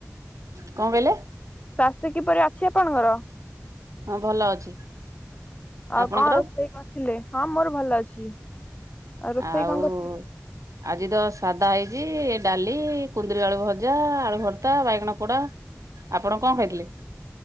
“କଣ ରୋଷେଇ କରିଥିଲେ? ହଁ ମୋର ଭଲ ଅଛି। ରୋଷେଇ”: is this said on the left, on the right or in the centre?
Left